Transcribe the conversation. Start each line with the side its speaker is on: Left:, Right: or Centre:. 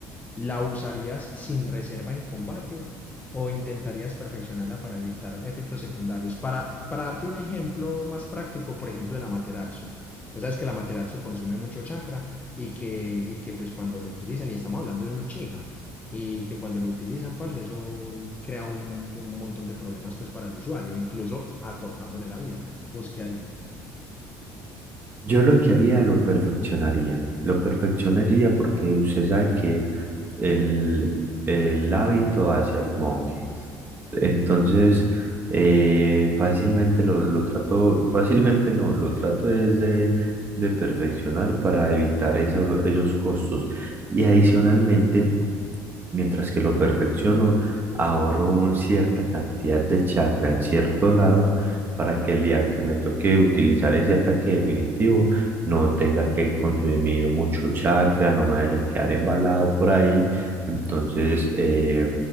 Left: ¿La usarías sin reserva en combate? ¿O intentarías perfeccionarla para evitar efectos secundarios? Para, para darte un ejemplo más práctico, por ejemplo, el Amaterasu. Pues sabes que el Amaterasu consume mucho chakra y que, y que pues cuando lo utilizan, y estamos hablando de un Uchiha, y que cuando lo utilizan, parce, eso crea un, un montón de problemas pues para el usuario, incluso acortándole la vida. ¿Vos qué harías?
Right: Yo lo que haría, lo perfeccionaría. Lo perfeccionaría porque usted sabe que el, el hábito hacia el monje Entonces, eh, fácilmente lo, lo trato, fácilmente no, lo trato es de, de perfeccionar para evitar eso- esos costos. Y adicionalmente, mientras que lo perfecciono, ahorro una cierta cantidad de chakra en cierto lado para que el día que me toque utilizar ese ataque definitivo, no tenga que consumir mucho chakra, no me vaya a quedar embalado por ahí. Entonces, eh,